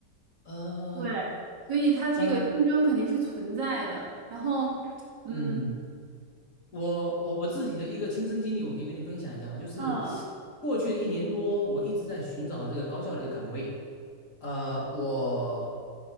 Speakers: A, on the left; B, on the right.
A: 呃
B: 对，所以它这个竞争肯定是存在的。
A: 呃
B: 然后，嗯，
A: 嗯，我我我自己的一个亲身经历，我可以跟你分享一下嘛，就是
B: 嗯，
A: 过去的一年多，我一直在寻找这个高校的一个岗位。呃，我